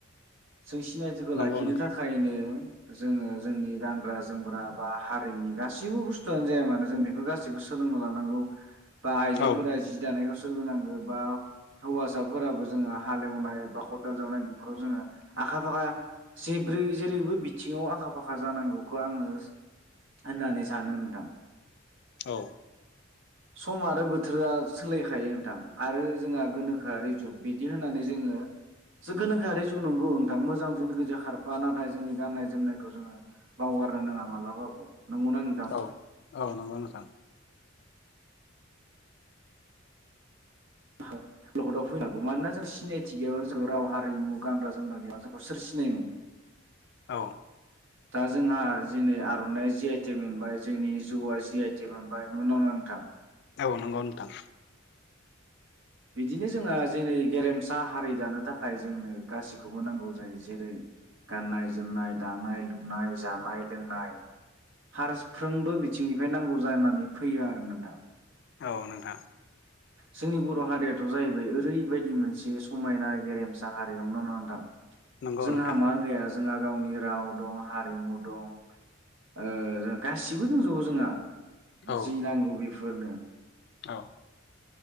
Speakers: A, on the right (about 70°); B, on the left (about 55°).
A: जों सिनायथिखौ
B: नंगौ
A: लाखिनो
B: नोंथां
A: थाखायनो। जोङो जोंनि गानग्रा जोमग्रा बा हारिनि गासैबो बुस्थुआनो जाया मानो जों बेफोर गासिबो सोलोंना लानांगौ। बा आइजोफोरा
B: औ
A: जि दानायखौ। सोलोंनांगौ बा हौवासाफोराबो जोङो हालेवनाय बा खदाल जावनाय बेफोराव जोङो आखा फाखा जिब्रै जेरैबो बिथिङाव आखा फाखा जानांगौखौ आङो होननानै सानो नोंथां
B: औ
A: सम आरो बोथोरा सोलायखायो नोंथां आरो जोंहा गोनोखोआरि जुग बिदि होननानै जोङो जो गोनोखोआरि जुग नं गौ नोंथां मोजांजों लोगोसे खारफा नाथाय जोंनि गाननाय जोमनायखौ जोङो बावगारनो नाङा मालाबाबो नंगौना नोंथां
B: औ औ नंगौ नोंथां <inaudible>
A: <unintelligible> फैनांगौ मानोना जों सिनायथि गैयाबा जों राव हारिमु गानग्रा जोमग्रा गैयाबा जोंखौ सोर सिनायनो
B: औ
A: दा जोंहा जे नै आर'नाइया जि आइ टेग मोनबाय जोंनि जौआ जि आइ टेग मोनबाय नंगौना नङा नोंथां
B: औ नंगौ नोंथां
A: बिदिनो जोंहा जेरै गेरेमसा हारि दानो थाखाय जोंनो गासैखौबो नांगौ जायो जेरै गाननाय जोमनाय दानाय लुनाय जानाय लोंनाय फारफ्रोमबो बिथिंनिफ्राय नांगौ जानानै फैयो आरो नोंथां
B: औ नोंथां
A: जोंनि बर' हारियाथ' जाहैबाय ओरैबायदि मोनसे समायना गेरेमसा हारि नंगौना नङा नोंथां
B: नंगौ
A: जोंहा
B: नोंथां
A: मा गैया जोंहा गावनि राव दं हारिमु दं ओ जों गासिबो दंजोबो जोंहा
B: औ
A: जि नांगौ बे बेफोरनो
B: औ